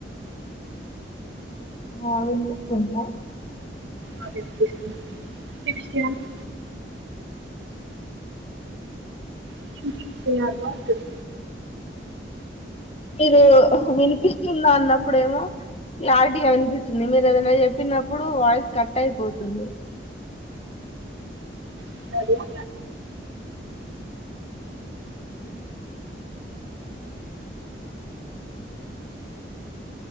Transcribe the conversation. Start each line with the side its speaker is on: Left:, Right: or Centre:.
Left: ఆ వినిపిస్తుందా
Right: ఆ వినిపిస్తుంది ఇంకేంటి విషయాలు ఇంకేంటి విషయాలు అంటున్న
Left: మీరు వినిపిస్తుంద అన్నప్పుడ ఏమో క్లారిటీగా వినిపిస్తుంది మీరు ఏదనా చెప్పినప్పుడు వాయిస్ కట్ అయిపోతుంది
Right: అంటున్నారు
Left: హలో